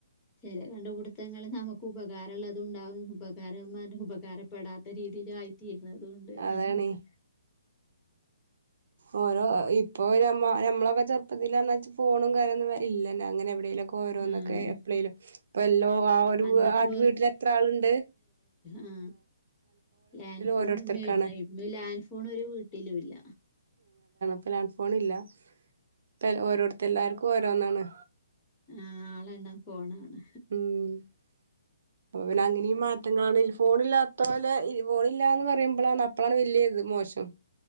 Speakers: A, on the left (about 20°); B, on the right (about 60°).
A: ചേലെ കണ്ട്പ്ട്ത്തങ്ങൾ നമുക്ക് ഉപകാരള്ളതുണ്ടാകും ഉപകാരം പറഞ്ഞ് ഉപകാരപെടാത്തരീതിയിൽ ആയി ത്തീരുന്നതൂണ്ട്.
B: അതാണേ
A: അങ്ങനെത്തെ
B: ഓരോ ഇപ്പൊ ഞമ്മ ഞമ്മളൊക്ക ചെറുപ്പത്തില് അർഞ്ഞാ ച്ച് ഫോണും കാര്യന്നും ഇല്ലന്നെ അങ്ങനെവി ടേലൊക്കെ ഓരോന്നൊക്കെ
A: ആഹ്
B: എപ്പളേലും. ഇപ്പൽ ല്ലോ ആ ഒരു
A: അന്നൊക്കെ
B: വ് ആ വീട്ടിൽ എത്രാള് ണ്ട്
A: ആ ലാൻ ഫോൺമ്മേര്ന്ന്
B: ഓരോരുത്തർക്കാണ്
A: ഇന്ന് ലാൻ ഫോൺ ഒരു വീട്ടിലൂല്ല..
B: ഇപ്പ ലാൻറ് ഫോണ്ല്ല. ഇപ്പ ൽ ഓരോട്ത്ത് എല്ലാർക്കും ഓ രോന്നാണ്.
A: ആഹ് ആളെണ്ണം ഫോൺ ആണ്.
B: ഉം ഇപ്പ പിന്നങ്ങനിം മാറ്റങ്ങളാണേല് ഫോണില്ലാത്തോലെ ഈ ഫോണില്ലാന്ന് പറയുമ്പളാണ് അപ്പളാണ് വെല്യേ മോശം.